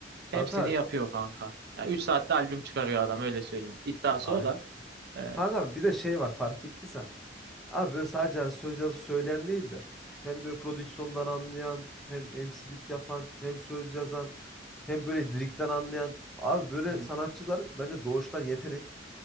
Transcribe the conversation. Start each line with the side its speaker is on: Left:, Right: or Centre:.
Right: Hepsini
Centre: Kanka
Right: yapıyor kanka. Yani 3 saatte albüm çıkarıyor adam öyle söyleyeyim. İddiası
Centre: aynen.
Right: o da. Ee,
Centre: Kanka bir de şey var fark ettiysen. Abi böyle sadece hani söz yazıp söyleyen değil de hem böyle prodüksiyondan anlayan hem MC'lik yapan hem söz yazan hem böyle lirikten anlayan abi böyle
Right: hı hı.
Centre: sanatçılar bence doğuştan yetenek.